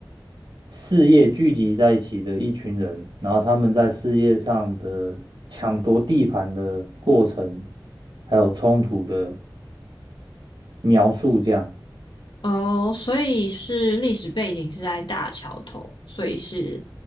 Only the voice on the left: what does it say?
哦，所以是历史背景是在大桥头，所以是